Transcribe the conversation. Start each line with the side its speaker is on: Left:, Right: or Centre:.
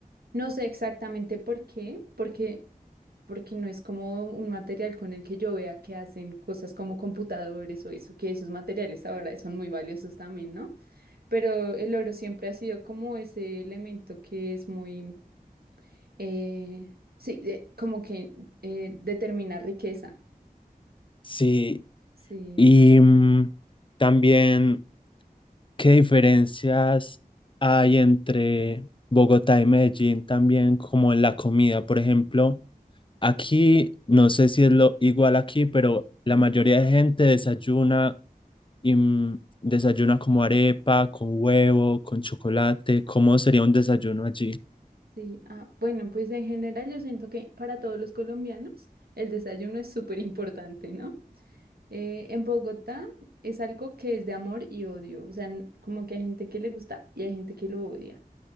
Right: No sé exactamente por qué, porque, porque no es como un material con el que yo vea que hacen cosas como computadores o eso, que esos materiales ahora son muy valiosos también, ¿no? pero el oro siempre ha sido como ese elemento que es muy, eh, sí, eh, como que eh, determina riqueza,
Left: Sí,
Right: sí.
Left: Y mm, también, ¿qué diferencias hay entre Bogotá y Medellín también como en la comida? Por ejemplo, aquí, no sé si es lo igual aquí, pero la
Right: Ujú.
Left: mayoría de gente desayuna y mm, desayuna como arepa, con huevo, con chocolate. ¿Cómo sería un desayuno allí?
Right: Sí, ah, bueno, pues en general yo siento que para todos los colombianos el desayuno es súper importante, ¿no? Eh, en Bogotá es algo que es de amor y odio, o sea, n- como que hay gente que le gusta y hay gente que lo odia.